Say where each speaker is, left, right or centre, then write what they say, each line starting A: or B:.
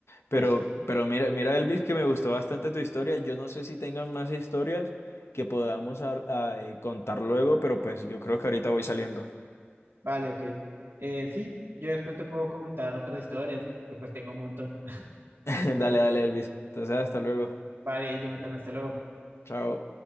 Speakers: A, on the left; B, on the right.
A: Pero,
B: Pues
A: pero mira, mira, Elvis, que me gustó bastante tu historia. Yo no sé si tengan más historias que podamos a- a, eh, contar luego, pero pues yo creo que ahorita voy saliendo.
B: Vale, ok. Eh, sí, yo después te puedo comentar otras historias, porque pues tengo un montón.
A: <laughs> Dale, dale, Elvis. Entonces, hasta luego.
B: Vale, Jonathan, hasta luego.
A: Chao.